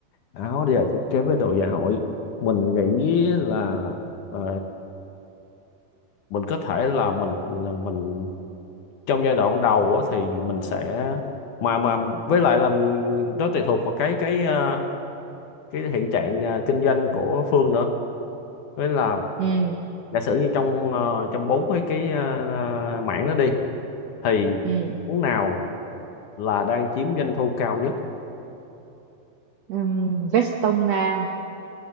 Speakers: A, on the left; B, on the right.
A: áo dài thiết kế với đồ dạ hội mình nghĩ là ờ, mình có thể là mình là mình trong giai đoạn đầu á, thì mình sẽ mà mà với lại là nó tùy thuộc vào cái cái ờ, cái hiện trạng ờ, kinh doanh của Phương nữa với là
B: ừ
A: giả sử như trong ờ, trong bốn cái cái ờ, ờ, mảng đó đi thì
B: ừ
A: món nào là đang chiếm doanh thu cao nhất
B: Ừm, vest tông nam